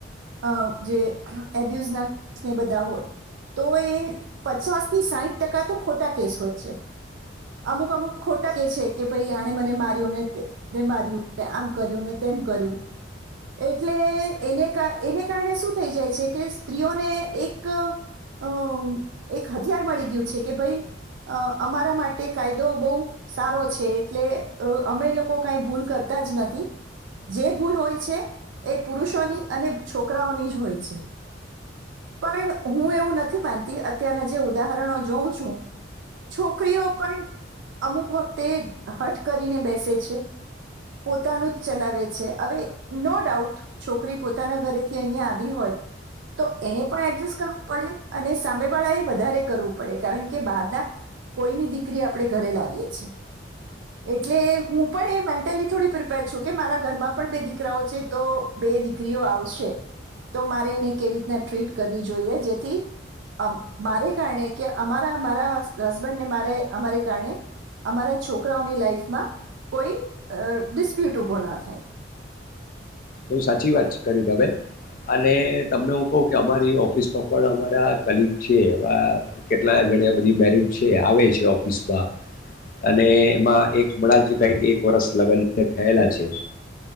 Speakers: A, on the right (about 80°); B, on the left (about 45°).
A: અ જે અહ, એબ્યુઝ ના કે ને બધા હોય, તો એ પચાસ થી સાહીઠ ટકા તો ખોટા કેસ હોય છે, અમુક-અમુક ખોટા કે છે કે ભાઈ આણે મને માર્યું ને તે માર્યું, આમ કર્યું ને તેમ કર્યું. એટલે એને કારણ એને કારણે શું થઈ જાય છે કે સ્ત્રીઓને એક, અ એક હથિયાર મળી ગયું છે કે ભઈ અ અમારા માટે કાયદો બહુ સારો છે એટલે અ અમે લોકો કઈ ભૂલ કરતા જ નથી, જે ભૂલ હોય છે એ પુરુષોની અને છોકરાઓની જ હોય છે, પણ હું એવું નથી માનતી અત્યારના જે ઉદાહરણો જોઉં છું, છોકરીઓ પણ અમુક વખતે હઠ કરીને બેસે છે, પોતાનું જ ચલાવે છે હવે નો ડાઉટ છોકરી પોતાના ઘરેથી અહિયા આવી હોય, તો એણે પણ એડજસ્ટ કરવું પડે અને સામે વાળા એ વધારે કરવું પડે. કારણ કે, બહારના કોઈની દીકરી આપણે ઘરે લાવીએ છીએ, એટલે હું પણ એ મેન્ટલી થોડી પ્રિપેર છું કે મારા ઘરમાં પણ બે દીકરી દીકરાઓ છે તો બે દીકરીઓ આવશે, તો મારે એને કેવી રીતના ટ્રીટ કરવી જોઈએ જેથી, અ મારે કારણે કે અમારા મારા હસબન્ડને મારે અમારે કારણે, અમારા છોકરાઓની લાઈફમાં કોઈ ડિસ્પ્યુટ ઉભો ન થાય.
B: બઉ સાચી વાત છે કરી તમે, અને તમને હું કહું કે અમારી ઓફિસમાં પણ અમારા કલીગ છે એ કેટલા ઘડ બધી મેરિડ છે આવે છે ઓફિસમાં, અને એમાં એક હમણાં જ કઈક એક વર્ષ લગ્ન થયેલા છે,